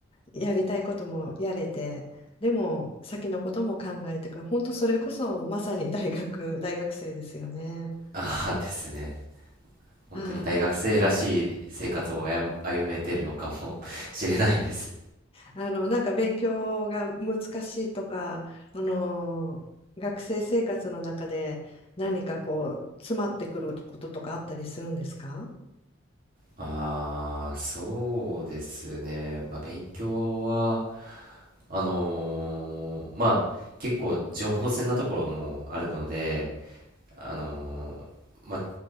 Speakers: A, on the left (about 30°); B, on the right (about 45°).
A: やりたいこともやれて、でも、先のことも考えてくる。本当、それこそ、まさに <laughs> 大学、大学生ですよね。
B: ああ <laughs> ですね。本当に大学生らしい生活を歩歩めてるのかもしれないです。
A: ああ、あの、なんか勉強が難しいとか、あの、学生生活の中で何かこう、詰まってくることとかあったりするんですか
B: ああ、そうですね。まあ、勉強は、あのーまあ、結構情報戦なところもあるので、あのーまあ、